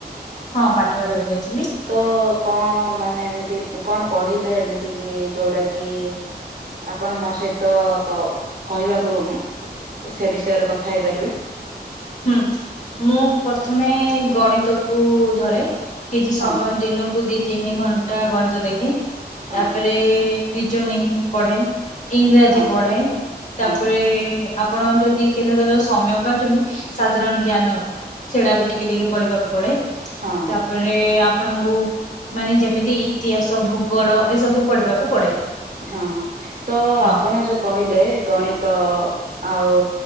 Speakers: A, on the left; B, on the right.
A: ହଁ ପାଠ ପଢାକୁ ଯାଇଥିଲି।
B: ତ କଣ ମାନେ ଏମିତି କଣ ପଢିଲେ ଏମିତି କି ଯୋଉଟା କି? ଆପଣ ମୋ ସହିତ କହିବାକୁ ସେ ବିଷୟରେ କଥା ହେଇପାରିବେ।
A: ହୁଁ ମୁଁ ପ୍ରଥମେ ଗଣିତ କୁ ଧରେ। କିଛି ସମୟ
B: ହଁ
A: ଦିନକୁ ଦି ତିନି ଘଣ୍ଟା ଗଣିତ ଦେଖେ
B: ହଁ
A: ତାପରେ
B: ହଁ।
A: ନ ପଢେ ଇଂରାଜୀ
B: ହଁ
A: ପଢେ
B: ହଁ
A: ତାପରେ
B: ହଁ
A: ଆପଣ ଯଦି କେତେଳେ କେତେବେଳେ ସମୟ କରୁଛନ୍ତି। ସାଧାରଣ ଜ୍ଞାନ ସେଟା ବି ଟିକେ ଟିକେ ପଢିବାକୁ ପଡେ
B: ହଁ ହଁ
A: ତାପରେ ଆପଣଙ୍କୁ ମାନେ ଯେମିତି ଇତିହାସ ଭୂଗୋଳ ଏ ସବୁ ପଢିବାକୁ ପଡେ।
B: ହଁ ହଁ ତ
A: ହଁ
B: ଆପଣ ଯ କହିଲେ ଗଣିତ ଆଉ